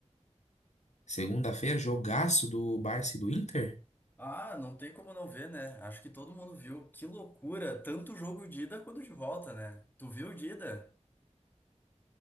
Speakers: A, on the left; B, on the left.
A: segunda-feira, jogaço do Barça e do Inter?
B: Ah, não tem como não ver, né? Acho que todo mundo viu. Que loucura! Tanto jogo de ida quanto de volta, né? Tu viu o de ida?